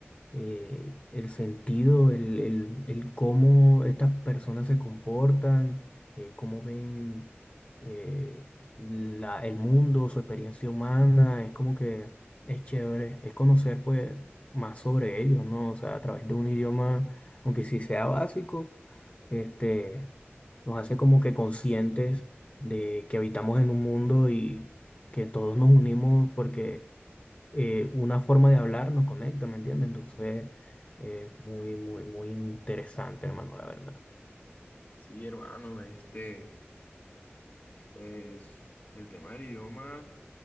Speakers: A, on the left; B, on the left.
A: eh, el sentido, el, el- el cómo estas personas se comportan, eh, cómo ven eh, la- el mundo, su experiencia humana, es como que es chévere, es conocer pues más sobre ellos, ¿no? O sea, a través de un idioma, aunque sí sea básico, este, nos hace como que conscientes de que habitamos en un mundo y que todos nos unimos porque eh, una forma de hablar nos conecta, ¿me entiendes? Entonces, eh, muy, muy, muy interesante, hermano, la verdad.
B: Sí, hermano, este, pues el tema del idioma